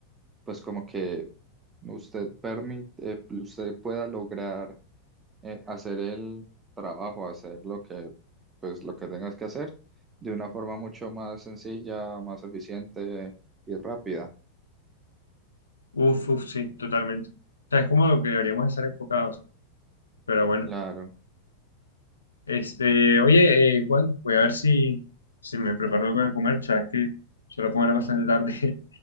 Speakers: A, on the right; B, on the left.
A: pues como que usted permite, usted pueda lograr eh, hacer el trabajo, hacer lo que, pues, lo que tengas que hacer de una forma mucho más sencilla, más eficiente y rápida.
B: Uf, uf, sí, totalmente. O sea, es como lo que deberíamos estar enfocados. Pero bueno,
A: Claro.
B: este, oye, eh, Juan, voy a ver si, si me preparo algo de comer, sabes que suelo comer bastante tarde <laughs>